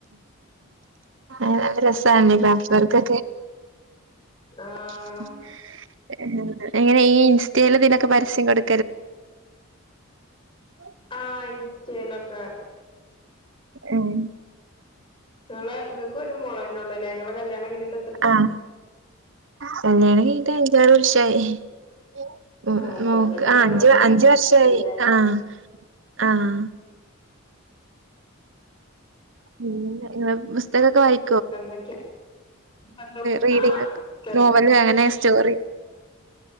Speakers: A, on the right (about 60°); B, on the left (about 25°).
A: അഹ് രസാണ് <unintelligible> ഓക്കെ
B: ആഹ്
A: <unintelligible> എങ്ങനെ ഈ ഇൻ ഇൻസ്റ്റയിലൊക്കെ പരസ്യം കൊടു <unintelligible>
B: ആ ഇൻ ഇൻസ്റ്റയിലൊക്കെ
A: ഉം
B: ഞങ്ങളെ ഇങ്ങക്കൊരു മോള ഉള്ളൂലേ ഞങ്ങളെ കല്യാണം കഴിഞ്ഞിട്
A: ആഹ് കല്യാണം കൈഞ്ഞിട്ട <unintelligible> വർഷായി ഈ മ് ആഹ്
B: അത്ര
A: മോൾക്
B: തന്നെ ഉള്ളല്ലോ
A: അഞ്ച്
B: മോളല്ലേ
A: അഞ്ച വർഷായി ആഹ് ആഹ് പിന്നെങ്ങള് പുസ്തകൊക്കെ വായി
B: <unintelligible>
A: റീഡിംഗ്
B: ആ
A: ഒക്കെ
B: ചെറ്തങ്ങനെ
A: നോവല് അങ്ങനെ സ്റ്റോറി